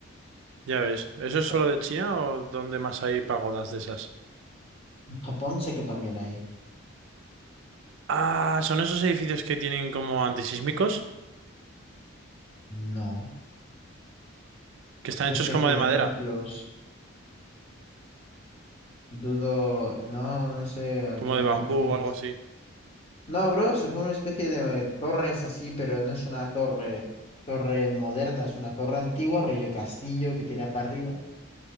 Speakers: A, on the right; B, on the left.
A: Ya ves. ¿Eso es
B: O sea,
A: solo de China o dónde más hay pagodas de esas?
B: En Japón sé que también hay.
A: Ah, son esos edificios que tienen como antisísmicos,
B: No.
A: que están
B: Es una
A: hechos
B: especie
A: como de
B: de
A: madera,
B: templos. Dudo, no, no sé a
A: como
B: qué
A: de bambú
B: te refieres.
A: o algo así.
B: No, bro, son como una especie de eh, torres así, pero no es una torre, torre moderna, es una torre antigua, rollo castillo que tira para arriba